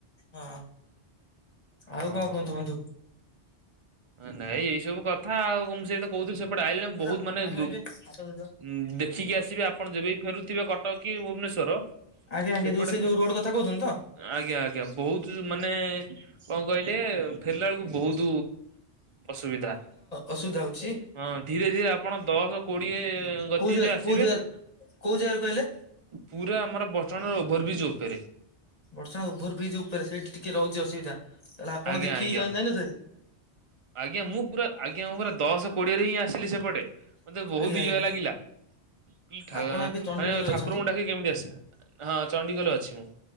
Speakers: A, on the left; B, on the right.
A: ହଁ
B: ଓ
A: ଆଉ
B: ହଁ
A: କଣ
B: ହଁ
A: କୁହନ୍ତୁ ବନ୍ଧୁ?
B: ନାଇଁ ଏଇ ସବୁ କଥା ଆଉଁ ସେତ କହୁଥିଲି ସେପଟେ ଆଇିଲଣି
A: ପାଣି
B: ବହୁତ ମାନେ
A: ମାଇଲେ ହାତ ଧୋଇଦବା।
B: ଉଁ ଦେଖିକି ଆସିବେ ଆପଣ ଯେବେ ବି ଫେରୁଥିବେ କଟକ କି ଭୁବନେଶ୍ଵର
A: ଆଜ୍ଞା ଆଜ୍ଞା
B: ସେପଟେ
A: ଯୋଉ ସେ ଯୋଉ ରୋଡ କଥା କହୁଛନ୍ତି ତ
B: ଆଜ୍ଞା ଆଜ୍ଞା ବହୁତ ମାନେ କଣ କହିଲେ ଫେରିଲା ବେଳକୁ ବହୁତ ଅସୁବିଧା
A: ଅସୁବିଧା ହଉଛି
B: ହଁ ଧୀରେ ଧୀରେ ଆପଣ ଦଶ କୋଡିଏ ଗତିରେ
A: କୋଉ ଜା
B: ଆ
A: କୋଉ
B: ଯିବେ।
A: ଜା କୋଉ ଜାଗାରୁ କହିଲେ?
B: ପୁରା ଆମର ବର୍ଟମାନର ଓଭର ବ୍ରିଜ ଉପରେ
A: ବର୍ଷଣା ଓଭର ବ୍ରିଜ ଉପରେ ସେଇଠି ରହୁଛି ଅସୁବିଧା ତାହେଲେ ଆପଣ
B: ଆଜ୍ଞା
A: ଦେଖିକି
B: ଆଜ୍ଞା।
A: ଯାଇ ନଥିବେ।
B: ଆଜ୍ଞା ମୁଁ ପୁରା ଆଜ୍ଞା ପୁରା ଦଶ କୋଡିଏରେ ହିଁ ଆସ ସିଲି ସେପଟେ ମତେ ବହୁତ
A: ଆଜ୍ଞା ଆଜ୍ଞା
B: ଇଏ ଲାଗିଲା। ମାନେ
A: ଆପଣ ଏବେ ଚଣ୍ଡିଖୋଲରେ
B: ଠାକୁରଙ୍କୁ
A: ଅଛନ୍ତି।
B: ଡାକି କେମିତି ଆସ ହଁ ଚଣ୍ଡିଖୋଲ ଅଛି ମୁଁ